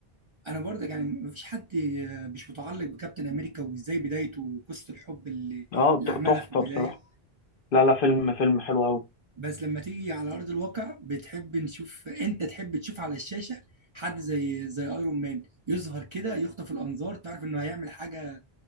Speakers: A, on the right; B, on the left.
A: انا برضه يعني مفيش حد آه، مش متعلق بكابتن امريكا وازاي بدايته وقصه الحب اللي
B: اه
A: اللي
B: ت-
A: عملها
B: تحفه
A: في البدايه
B: بصراحه لا لا فيلم فيلم حلو قوي
A: بس لما تيجي على أرض الواقع بتحب نشوف أنت تحب تشوف على الشاشة حد زي زي ايرون مان يظهر كده يخطف الأنظار تعرف إنه هيعمل حاجة